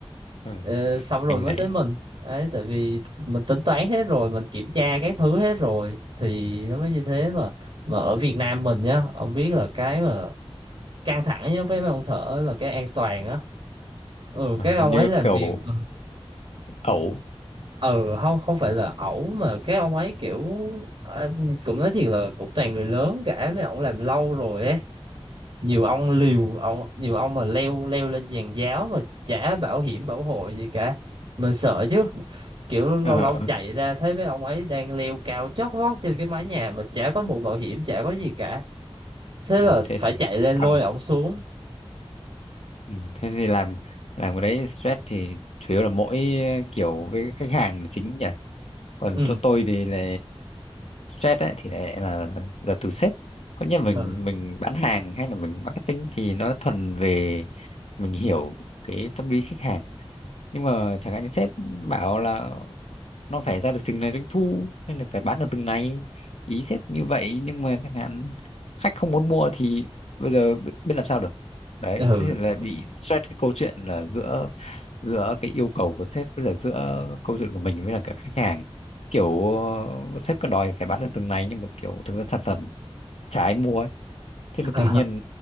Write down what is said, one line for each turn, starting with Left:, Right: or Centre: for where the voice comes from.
Left: ừ,
Right: Ờ, xong rồi
Left: anh
Right: mới
Left: này
Right: tới mình đấy tại vì mình tính toán hết rồi mình kiểm tra cái thứ hết rồi thì nó mới như thế mà mà ở Việt Nam mình nhá ông biết là cái mà căng thẳng nhất với mấy ông thợ là cái an toàn á ừ
Left: ờ,
Right: các ông
Left: hình như
Right: ấy làm
Left: kiểu
Right: việc ừ
Left: ẩu
Right: ừ, không không phải là ẩu mà cái ông ấy kiểu à, cũng nói thiệt là cũng toàn người lớn cả mấy ông làm lâu rồi ấy nhiều ông liều ông nhiều ông mà leo leo lên giàn giáo mà chả bảo hiểm bảo hộ gì cả mình sợ chứ kiểu lâu
Left: Ờ,
Right: lâu chạy ra thấy mấy ông ấy đang leo cao chót vót trên cái mái nhà mà chả có mũ bảo hiểm chả có gì cả thế
Left: ừ,
Right: là
Left: thế
Right: phải
Left: thì
Right: chạy lên
Left: căng
Right: lôi ổng xuống
Left: Ừ, thế thì làm làm cái đấy stress thì chủ yếu là mỗi ờ, kiểu với khách hàng là chính nhỉ còn
Right: ừ
Left: chỗ tôi thì là stress ấy, thì lại là là từ sếp có nghĩa mình
Right: ừ
Left: mình bán hàng hay là mình marketing thì nó thuần về mình hiểu cái tâm lý khách hàng nhưng mà chẳng hạn như sếp bảo là nó phải ra được từng này doanh thu hay là phải bán được từng này ý sếp như vậy nhưng mà chẳng hạn khách không muốn mua thì bây giờ bi- biết làm sao được đấy
Right: ừ
Left: thế là bị stress cái câu chuyện là giữa giữa cái yêu cầu của sếp với là giữa câu chuyện của mình với là cả khách hàng kiểu ờ, sếp cứ đòi phải bán được từng này nhưng mà kiểu thực ra sản phẩm chả ai mua ấy. thế
Right: <laughs>
Left: là tự nhiên